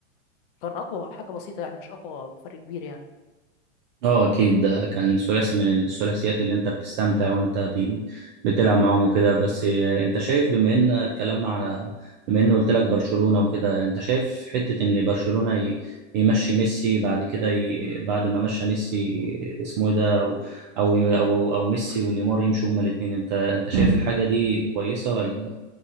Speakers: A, on the left; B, on the right.
A: كان اقوى حاجه بسيطه يعني مش اقوى بفرق كبير يعني
B: اه اكيد ده كان ثلاثي من الثلاثيات اللي انت بتستمتع وانت بي... بتلعب معاهم وكده بس انت شايف بما ان اتكلمنا على بما ان قلت لك برشلونة وكده انت شايف حتة ان برشلونة ي... يمشي ميسي بعد كده ي... بعد ما مشى ميسي اسمه ايه ده او او او, أو ميسي ونيمار يمشوا هما الاثنين انت انت شايف الحاجة دي كويسة ولا